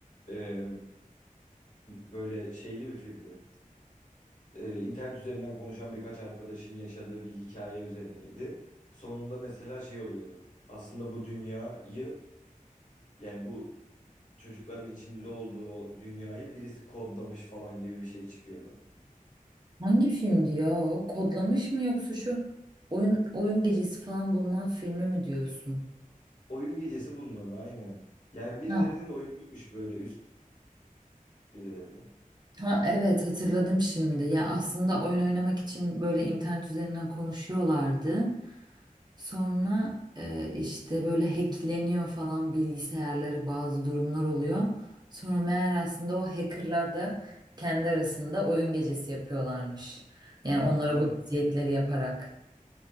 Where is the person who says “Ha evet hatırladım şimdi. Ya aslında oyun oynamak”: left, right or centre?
Right